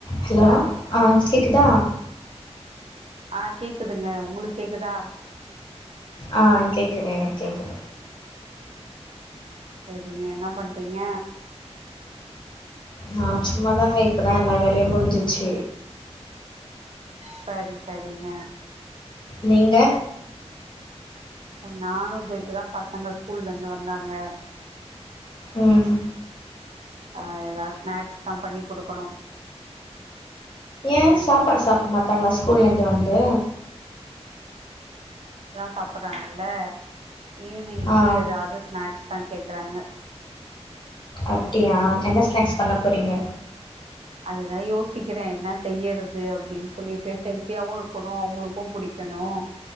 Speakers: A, on the left; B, on the right.
A: Hello ஆஹ் கேக்குதா
B: ஆஹ் கேக்குதுங்க உங்களுக்கு கேக்குதா
A: ஆஹ் கேக்குது எனக்கு கேக்குது
B: சரிங்க என்ன பண்றீங்க
A: நான் சும்மாதாங்க இப்பதான் எல்லா வேலையும் முடிஞ்சிச்சு
B: சரி சரிங்க
A: நீங்க
B: நானும் <unintelligible> இப்பதான் பசங்க ஸ்கூல்ல இருந்து வந் ந்தாங்க
A: உம்
B: அஹ் ஏதாவது ஸ்நாக்ஸ் தான் பண்ணி குடுக்கணும்
A: ஏன் சாப்பாடு சாப்ட மாட்டாங்களா ஸ்கூல்லேருந்து வந்து
B: சாப்பறாங்கள்ள ஈவ்னிங்க்கு
A: ஆ
B: ஏதாவது ஸ்நாக்ஸ் தான் கேட்கறாங்க
A: அப்டியா என்ன ஸ்னாக்ஸ் பண்ண போறீங்க
B: அதுதான் யோசிக்கிறேன் என்ன செய்யறது அப்டின்னு சொல்லிட்டு ஹெல்த்தியாவும் இருக்கணும் அவுங்களுக்கும் புடிக்கணும்